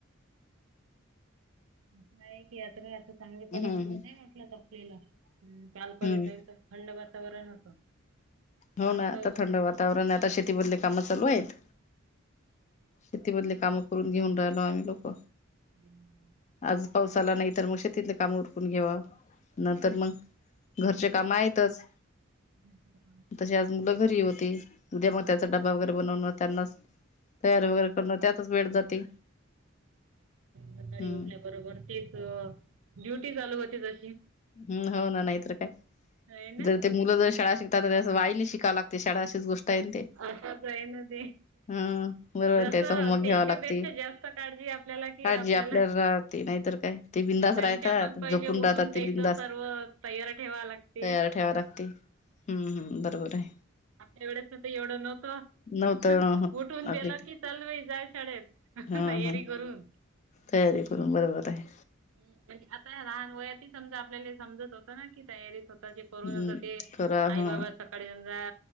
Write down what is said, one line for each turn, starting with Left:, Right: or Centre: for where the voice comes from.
Right: असं आहे की यात्र चांगली
Left: हम्म
Right: कडक
Left: हम्म
Right: ऊन आहे. अस म्हटलंत आपल्याला हम्, कालपर्यंत
Left: हम्म
Right: एकदम थंड वातावरण होतं.
Left: हो
Right: आज
Left: ना. आता
Right: तर
Left: थंड वातावरण आता शेतीमधली काम चालू आहेत. शेतीमधले कामं करून घेऊन राहिलो आम्ही लोक.
Right: हम्म <inaudible>
Left: आज पाऊस आला नाही तर, मग शेतीतील काम उरकून घेवा. नंतर मग घरचे काम आहेतच.
Right: हम्म <inaudible>
Left: तशी आज मुलं घरी होती. उद्या
Right: काही
Left: मग त्याचा
Right: ना काही.
Left: डबा वगैरे बनवणं. त्यांना तयारी वगैरे करणं त्यातच वेड जाते.
Right: सकाळी
Left: हम्म
Right: उठल्याबरोबर तेच ड्युटी चालू होती तशी.
Left: हम्म हो ना नायतर काय
Right: आहे ना
Left: जर ते मुलं जर शाळा शिकतात तर त्याच्या सोबत आईले शिकाव लागते शाळा अशीच गोष्ट हाय ते.
Right: असंच हाय ना ते
Left: हम्म बरोबर आहे,
Right: जस
Left: त्याचा होमवर्क घ्यावा
Right: तेच्या
Left: लागते
Right: पेक्षा जास्त काळजी आपल्याला
Left: काळजी
Right: आपल्याला
Left: राहते नाहीतर काय ते बिंदास
Right: त्यांच्या
Left: राहतात
Right: पण पहिले
Left: झोपून
Right: उठून
Left: राहतात
Right: ते
Left: बिंदास
Right: तर सर्व तयार ठेवाय लागते.
Left: तयार ठेवा लागते हम्म हम्म हम् बरोबर हाय.
Right: आपल्या वेळेस तस एवढ नव्हतं.
Left: नव्हतं
Right: उठून
Left: आपल्या
Right: गेलं
Left: इथे
Right: की चल रे जाय शाळेत
Left: हा
Right: तयारी
Left: हा
Right: करून.
Left: तयारी करून बरोबर हाय.
Right: हम्म म्हणजे आता या लहान वयात समजा आपल्याला समजत होत ना की तयारी स्वतःची
Left: हम्म
Right: करून ते
Left: करा
Right: आई
Left: ह
Right: बाबा सकाळी समजा